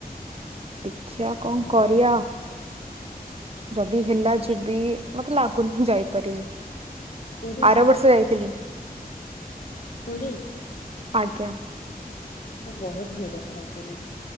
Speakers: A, on the right (about 40°); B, on the left (about 60°).
A: ଦେଖିବା
B: ଆଚ୍ଛା
A: କଣ
B: ଭଲ
A: କରିଆ। ଯଦି ହେଲା ଯିବି ମତେ ଲାଗୁନି ମୂ ଯାଇପାରିବି।
B: ପୁରୀ
A: ଆର ବର୍ଷ ଯାଇଥିଲି
B: ପୁରୀ
A: ଆଜ୍ଞା।
B: ତ ବହୁତ ଭିଡ ଥାଏ ପୁରୀ।